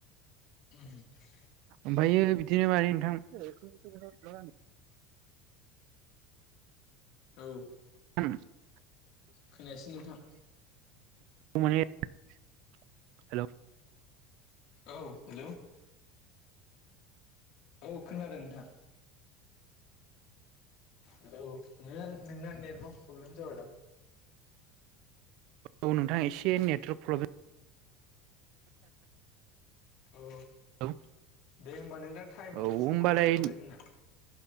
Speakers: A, on the left (about 50°); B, on the right (about 55°).
A: औ।
B: ओमफ्रायो बिदिनो माने नोंथां।
A: औ।
B: <inaudible>
A: खोनायासै नोंथां।
B: मान हेल'
A: औ हेल'। औ खोनादों नोंथां। हेलौ नोंना नेटवर्क प्रब्लेम जाबाय दां।
B: औ नोंथां एसे नेटवारक प्रब्लेम
A: औ।
B: औ
A: दे होमबा नों दा टाइमाबो
B: औ होमबालाय
A: समाबो जाखाबाय जोंना